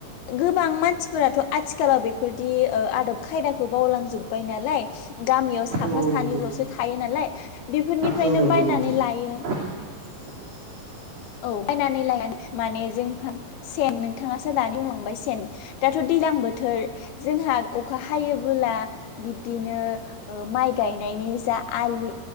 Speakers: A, on the left; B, on the right.
A: गोबां मानसिफोराथ' आथिखालाव बेफोरदि ओ आदब खायदाखौ बावलांजोबबाय नालाय गामियाव साफा
B: औ औ
A: सानैल'सो
B: नंगौ
A: थायो नालाय बेफोरनिफ्रायनो
B: औ नंगौ
A: बायनानै
B: नोंथां
A: लायो।
B: <unintelligible>
A: औ बायनानै लानानै माने जोंहा सेन नोंथाङासो दानि बुंलांबाय सेन दाथ' दैज्लां बोथोर जोंहा अखा हायोबोला बिबदिनो ओ माइ गायनायनि जा आलि